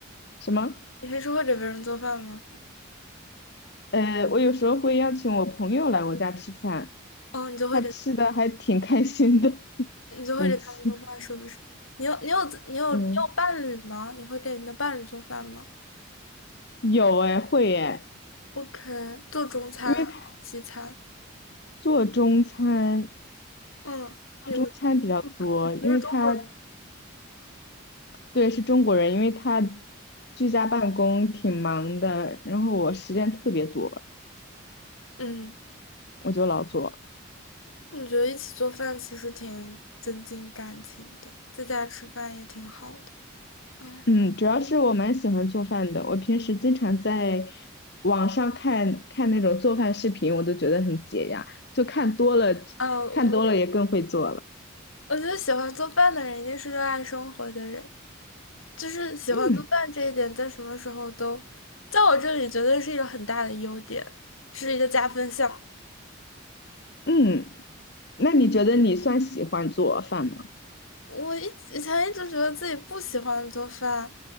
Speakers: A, on the left; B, on the left.
A: 什么？
B: 你平时会给别人做饭吗？
A: 呃，我有时候会邀请我朋友来我家吃饭，
B: 哦，你就会给
A: 他吃的还挺开心的，<laughs>
B: 你就会给他们做饭，
A: 每次。
B: 是不是？你有你有自你有你有伴侣吗？
A: 嗯，
B: 你会给你的伴侣做饭吗
A: 有哎，会哎，
B: ？OK，做中餐还是西餐？
A: 因为他做中餐。
B: 嗯，你们
A: 中餐比较多，
B: 你都是中国人。
A: 因为他对是中国人，因为他居家办公挺忙的，然后我时间特别多，
B: 嗯，
A: 我就老做。
B: 我觉得一起做饭其实挺增进感情的，在家吃饭也挺好的。哎，
A: 嗯，主要是我蛮喜欢做饭的，我平时经常在网上看看那种做饭视频，我都觉得很解压，就看多了，
B: 呃，
A: 看多了也更会做了。
B: 我我觉得喜欢做饭的人一定是热爱生活的人。就是喜欢做饭这一点，
A: 嗯
B: 在什么时候都，在我这里绝对是一个很大的优点，是一个加分项。
A: 嗯，那你觉得你算喜欢做饭吗？
B: 我一以前一直觉得自己不喜欢做饭，